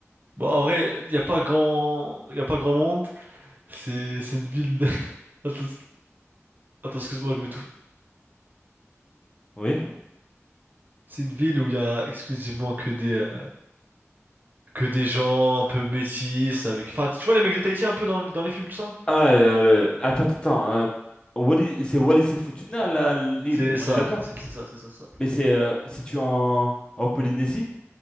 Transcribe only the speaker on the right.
Bon, en vrai, il y a pas grand, y a pas grand monde. C'est, c'est une ville. <laughs> Attends, attends, excuse-moi, je m'étouffe.
C'est une ville où il y a exclusivement que des, euh, que des gens un peu métis avec. Enfin, tu vois les mecs de Tahiti un peu dans, dans les films tout ça?
C'est
ça,
c'est c'est ça, c'est ça, c'est ça.